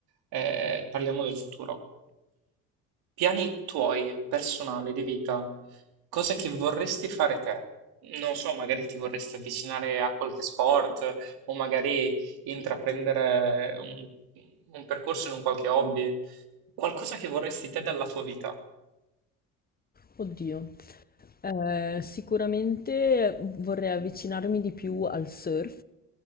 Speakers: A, on the right (about 70°); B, on the left (about 25°).
A: eh, parliamo del futuro, piani tuoi personali di vita, cose che vorresti fare te? Non so, magari ti vorresti avvicinare a qualche sport o magari intraprendere un, un percorso in un qualche hobby, qualcosa che vorresti te dalla tua vita.
B: Oddio, eh, sicuramente vorrei avvicinarmi di più al surf,